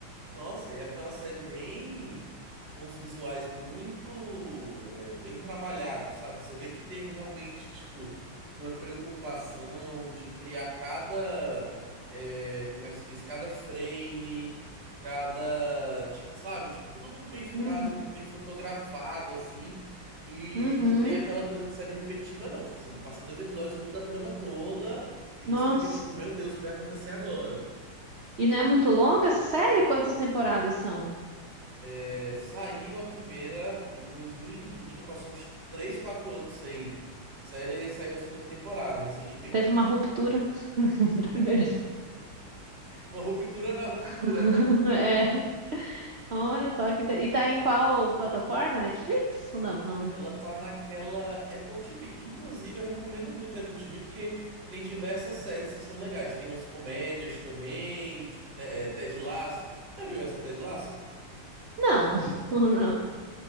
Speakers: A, on the right; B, on the right.
A: Nossa, e aquela série bem com os visuais muito é, bem trabalhados, sabe? Você vê que tem realmente tipo uma preocupação de criar cada é, como é que se diz? Cada frame, cada tipo, sabe? Tipo, tudo muito bem filmado,
B: Uhum.
A: muito bem fotografado, assim. E
B: Uhum.
A: não tem aquela coisa de série repetitiva, não. Tipo assim, passa dois episódios, muda a trama toda e você
B: Nossa.
A: fica tipo, meu Deus, o que vai acontecer agora?
B: E não é muito longa essa série? Quantas temporadas são?
A: É, saiu a primeira em 2020, aí passou uns três quatro anos sem série, aí saiu a segunda temporada recentemente.
B: Teve uma ruptura
A: <laughs>
B: <laughs> entre a primeira
A: Uma ruptura na ruptura,
B: <laughs>
A: né?
B: É, olha só que inter- E tá em qual plataforma? Netflix? Ou não, não, né?
A: Ela tá naquela Apple TV. Inclusive, eu recomendo muito a Apple TV porque tem diversas séries que são legais. Tem umas comédias também, tipo Te- é, Ted Lasso. Já viu essa Ted Lasso?
B: Não, <laughs> ou não.